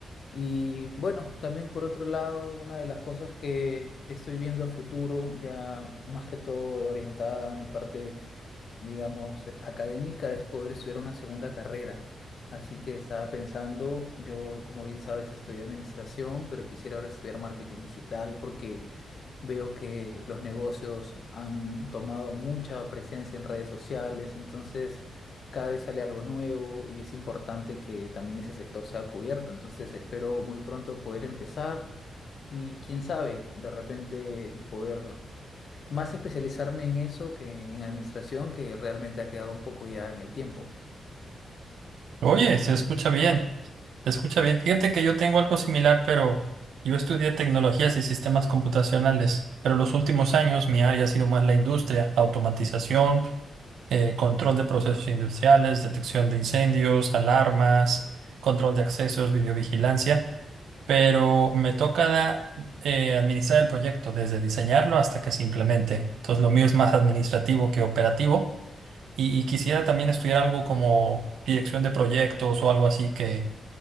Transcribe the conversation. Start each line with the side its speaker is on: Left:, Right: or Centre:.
Left: Y bueno, también por otro lado, una de las cosas que estoy viendo a futuro, ya más que todo orientada a mi parte digamos, académica es poder estudiar una segunda carrera. Así que estaba pensando, yo como bien sabes estudié administración, pero quisiera ahora estudiar marketing digital porque veo que los negocios han tomado mucha presencia en redes sociales, entonces cada vez sale algo nuevo y es importante que también ese sector sea cubierto. Entonces espero muy pronto poder empezar y quién sabe, de repente poder más especializarme en eso que en administración, que realmente ha quedado un poco ya en el tiempo.
Right: Oye, se escucha bien, se escucha bien. Fíjate que yo tengo algo similar, pero yo estudié tecnologías y sistemas computacionales, pero los últimos años mi área ha sido más la industria, automatización, eh, control de procesos industriales, detección de incendios, alarmas, control de accesos, videovigilancia, pero me toca da- eh, administrar el proyecto desde diseñarlo hasta que se implemente. Entonces lo mío es más administrativo que operativo Y, y quisiera también estudiar algo como dirección de proyectos o algo así que,